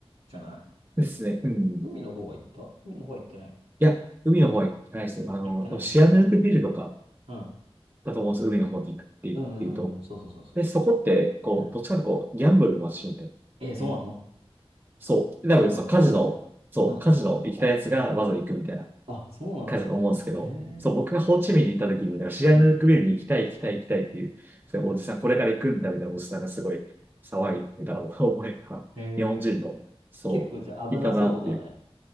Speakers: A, on the right; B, on the right.
A: じゃない。
B: ですね。うん。
A: 海の方は行った海の方は行ってない。
B: いや、海の方は行ってないですね。あの、
A: あ、行ってないのか。
B: 多分シアヌークビルとか
A: うん。
B: だと思うんですよ。海の方に行くっていうと。
A: うん、うん、うん。そうそうそうそうそ
B: で、そこって、こう、
A: う。うん。
B: どっちかというとこう、ギャンブルの街みたいな。
A: えーそうなの
B: ね。そう。多分、
A: そうなんだ。
B: そう、カジノ、そう、
A: うん。
B: カジノ行きたいやつがわざわざ行くみたいな
A: あ、そうなんだ。
B: 感じだと思うんですけど、
A: へえ。
B: そう、僕がホーチミンに行った時に、なんかシアヌークビルに行きたい、
A: うん。
B: 行きたい、行きたいっていう、そうおじさん、これから行くんだみたいなおじさんがすごい騒いみたいな思いが、
A: へえ。
B: 日本人の、そう、
A: 結構じゃあ危なそうだね。
B: いたなっていう。